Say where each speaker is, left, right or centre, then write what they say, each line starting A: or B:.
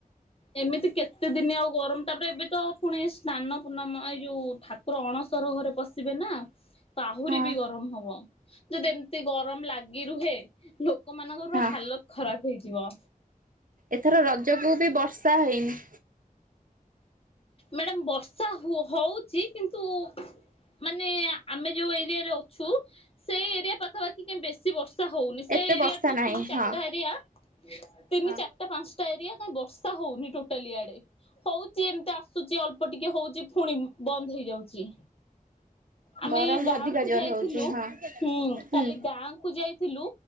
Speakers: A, on the left; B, on the right.
A: ଏମିତି କେତେ ଦିନି ଆଉ ଗରମ ତାପରେ ଏବେ ତ ପୁଣି ସ୍ନାନ ପୂର୍ଣ୍ଣମା ଏଇ ଯୋଉ ଠା ପୁରା ଅଣସର ଘରେ ପଶିବେ ନା ତ ଆହୁରି
B: ହଁ
A: ବି ଗରମ ହବ। ଯଦି ଏମିତି ଗରମ ଲାଗି ରୁହେ ଲୋକ ମାନଙ୍କର
B: ହଁ
A: ହାଲତ ଖରାପ୍ ହେଇଯିବ।
B: ଏଥର ରଜକୁ ବି ବର୍ଷା ହେଇନି।
A: ମ୍ୟାଡାମ ବର୍ଷା ହଉଚି କିନ୍ତୁ ମାନେ ଆମେ ଯୋଉ ଏରିଆରେ ଅଛୁ ସେଇ ଏରିଆ ପାଖାପାଖି ଟିକେ ବେଶୀ ବର୍ଷା ହଉନି ସେ
B: ଏତେ
A: ଏରିଆଠୁ
B: ବର୍ଷା ନାହିଁ
A: ତିନି ଚାରିଟା
B: ହଁ।
A: ଏରିଆ ତିନି
B: ହଁ
A: ଚାରିଟା ପାଞ୍ଚଟା ଏରିଆ କାଇଁ ବର୍ଷା ହଉନି ଟୋଟାଲି ଏଆଡେ ହଉ ଏମିତି ଆସୁଛି ଅଳ୍ପ ଟିକେ ହଉଚି ଫୁଣି ବନ୍ଦ ହେଇଯାଉଚି। ଆମେ
B: ଗରମ
A: ଗାଁ
B: ଅଧିକା
A: କୁ
B: ଜୋର
A: ଯାଇଥିଲୁ
B: ହଉଛି ହଁ
A: ହୁଁ
B: ହୁଁ
A: କାଲି ଗାଁ କୁ ଯାଇ ଥିଲୁ